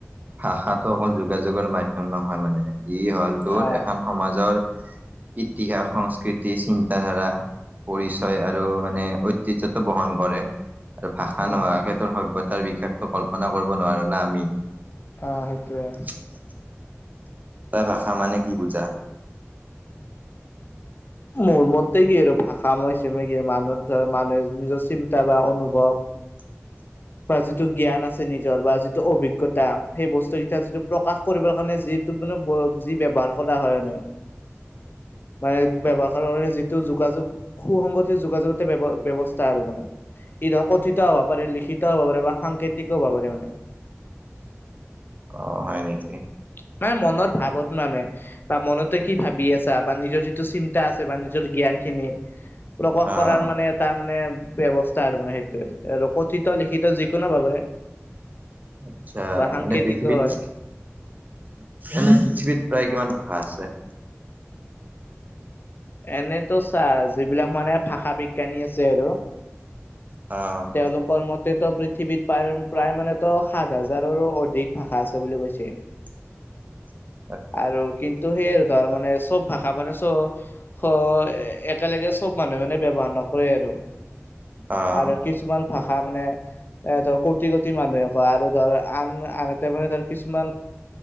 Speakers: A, on the right; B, on the left.
A: ভাষাটো অকল যোগাযোগৰ মাধ্যযম নহয় মানে, ই হ'ল তোৰ
B: আহ
A: এখন সমাজৰ ইতিহাস, সংস্কৃতি, চিন্তা ধাৰা পৰিচয় আৰু মানে ঐতিহ্যটো বহন কৰে আৰু ভাষা
B: অ
A: নোহোৱাকে ত সভ্যতা তাৰ বিশেষতো কল্পনা কৰিব নোৱাৰো না আমি।
B: অ', সেইটোৱে।
A: <inaudible> তই ভাষা মানে কি বুজা?
B: মোৰ মতে কি আৰু ভাষা ম কি মানুহ মানুহে নিজৰ চিন্তা বা অনুভৱ
A: <inaudible>
B: বা যিটো জ্ঞান আছে নিজৰ বা যিটো অভিজ্ঞতা সেই বস্তুকেইটা যিটো প্ৰকাশ কৰিবৰ কাৰণে যিটো মানে <unintelligible> যি ব্যৱহাৰ কৰা হয় মানে।
A: <unintelligible>
B: <inaudible> <unintelligible> যিটো যোগাযোগ সুসংগতি যোগাযোগতে ব্যৱ-ব্যৱস্থা আৰু মানে। <unintelligible> কথিত হ'ব পাৰে, লিখিত হ'ব পাৰে বা সাংকেতিক হ'ব পাৰে মানে।
A: অ, হয় নেকি?
B: <unintelligible> মানে মনৰ ভাৱত মানে বা মনতে কি ভাবি আছা বা নিজৰ যিটো চিন <inaudible> আছে বা নিজৰ জ্ঞান খিনি প্ৰকাশ
A: আহ
B: কৰাৰ মানে তাৰ মানে ব্যৱস্থা আৰু মানে সেইটোয়ে আৰু কথিত, লিখিত যিকোনো হ'ব পাৰে।
A: আচ্ছা
B: বা সাংকেতিকো
A: মানে পৃথিৱীত
B: হয়
A: এনে পৃথিৱীত প্ৰায় কিমান ভাষা আছে?
B: এনেতো ছা যিবিলাক মানে ভাষা বিজ্ঞানী আছে আৰু।
A: অ,।
B: তেওঁলোকৰ মতেতো পৃথিৱীত প্ৰায়-প্ৰায় মানেতো সাত হাজাৰৰো অধিক ভাষা আছে বুলি কৈছে।
A: <unintelligible>
B: আৰু কিন্তু সেইয়ে আৰু ধৰ মানে চব ভাষা মানে চব হয়, একেলগে চব মানুহে মানে ব্যৱহাৰ নকৰে আৰু <unintelligible>
A: আহ
B: কিছুমান ভাষা মানে এ ধৰ কোটি কোটি মানুহে কয় আৰু ধৰ আন- আনহাতে মানে ধৰ কিছুমান